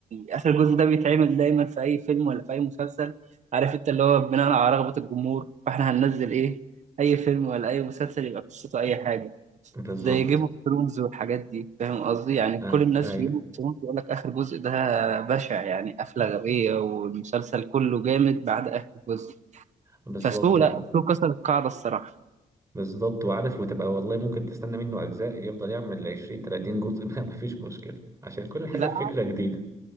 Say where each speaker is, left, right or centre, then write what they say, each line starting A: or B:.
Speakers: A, on the right (about 60°); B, on the right (about 25°).
A: آخر جزء ده بيتعمل دايما في أي فيلم ولا في أي مسلسل عارف أنت اللي هو بناء على رغبة الجمهور فإحنا هننزل إيه أي فيلم ولا أي مسلسل يبقى قصته أي حاجة
B: بالظبط
A: زي جيم اوف ثرونز والحاجات دي فاهم قصدي يعني
B: آه.
A: كل الناس
B: ايوه
A: في جيم اوف ثرونز يقول لك اخر جزء ده بشع يعني قفله غبيه والمسلسل كله جامد بعد اخر جزء
B: بالظبط
A: فسو لا
B: آه.
A: سو كسر القاعده الصراحه
B: بالظبط وعارف وتبقى والله ممكن تستنى منه اجزاء يفضل يعمل 20 30 جزء <laughs> ما فيش مشكله عشان كل حاجه
A: لا
B: فكره جديده